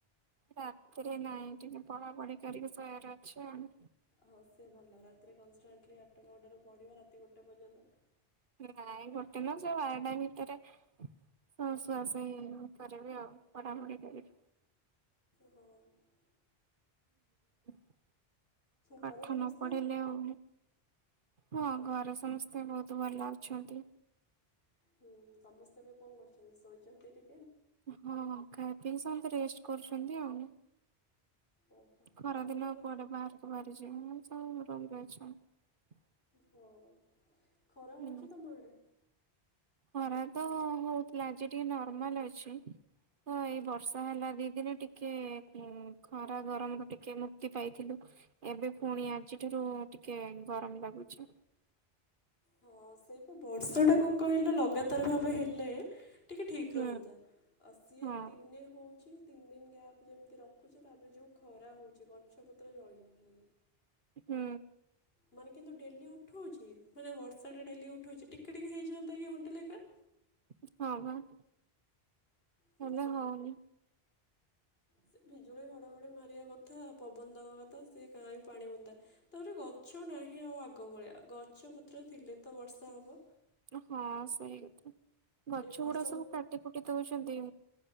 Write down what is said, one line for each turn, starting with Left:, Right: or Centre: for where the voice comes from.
Right: ରାତିରେ ନାଇଁ ଟିକେ ପଢ଼ାପଢ଼ି କରିକି ଶୋୟାରେ ଅଛି ଆଉ।
Left: ହଁ ସେ ଭଲ ରାତିରେ କନଷ୍ଟାଣ୍ଟଲି ନଅଟାରୁ ପଢିବ ରାତି ଗୋଟେ ପର୍ଯ୍ୟନ୍ତ।
Right: ନାଇଁ ଗୋଟେ ନୁଅ ସେ ବାରଟା ଭିତରେ ଅ ଶୁଆଶୁଇ କରିବି ଆଉ ପଢାପୁଢି କରିକି।
Left: ହଁ
Right: <unintelligible> ପାଠ
Left: ଘରେ ସମସ୍ତେ
Right: ନ ପଢ଼ିଲେ ଆଉ ହଁ ଘରେ ସମସ୍ତେ ବୋହୁତ ଭଲ ଅଛନ୍ତି।
Left: ହୁଁ ସମସ୍ତେ ଏବେ କଣ କରୁଚନ୍ତି ଶୋଇଚନ୍ତି ଟି
Right: ହଁ ଖାଇ ପିଇ ସମତେ ରେଷ୍ଟ କରୁଚନ୍ତି ଆଉ।
Left: ଓହୋ
Right: ଖରାଦିନ
Left: ତମେ ତମର
Right: ଆଉ କୁଆଡ଼େ ବାହାରକୁ ବାହାରିଯିବେନେଇ। ହଁ ରୁମରେ ଅଛନ୍ତି।
Left: ହଉ। ଖରା
Right: ହୁଁ
Left: ହଉଛି ତମ ଆଡ଼େ?
Right: ଖରା ତ ହୋ ହୋଉଥୁଲା ଆଜି ଟିକେ ନର୍ମାଲ ଅଛି। ତ ଏଇ ବର୍ଷା ହେଲା ଦି ଦିନି ଟିକେ ଉଁ ଖରା ଗରମରୁ ଟିକେ ମୁକ୍ତି ପାଇଥିଲୁ। ଏବେ ଫୁଣି ଆଜିଠାରୁ ଟିକେ ଗରମ ଲାଗୁଛି।
Left: ହଁ ସେଇ ପା ବର୍ଷଟା କଣ କହିଲ ଲଗାତାର ଭାବେ ହେଲେ ଟିକେ ଠିକ୍
Right: ହୁଁ
Left: ରୁହନ୍ତା ଆଉ ସିଏ
Right: ହଁ।
Left: ଦେନେ ହୋଉଚି ତିନି ଦିନି ଗ୍ୟାପ ଯେମତି ରଖୁଚି ତାପରେ ଯୋଉ ଖରା ହୋଉଚି ଗଛ ପତ୍ର ଜଳି ଯାଉଚନ୍ତି।
Right: ହୁଁ।
Left: ମାନେ କିନ୍ତୁ ଡେଲି ଉଠଉଚି ମାନେ ବର୍ଷାଟା ଡେଲି ଉଠଉଚି ଟିକେ ଟିକେ ହେଇଯାନ୍ତା କି ଘଣ୍ଟେ ଲେଖା।
Right: <unintelligible>
Left: ସେ
Right: ହେଲେ ହଉନି।
Left: ସେ ବିଜୁଳି ଘଡ଼ଘଡ଼ି ମାରିବା କଥା ପବନ ଦବା କଥା ସେ କାଇଁ ପାଣି ବୁନ୍ଦା, ତାପରେ ଗଛ ନାହିଁ ଆଉ ଆ ଆଗ ଭଳିଆ ଗଛ ପତ୍ର ଥିଲେ ତ ବର୍ଷା ହବ।
Right: ହଁ ସେଇ କଥା। ଗଛଗୁଡା
Left: ଏ ବର୍ଷ
Right: ସବୁ କାଟି କୁଟି ଦୋଉଚନ୍ତି,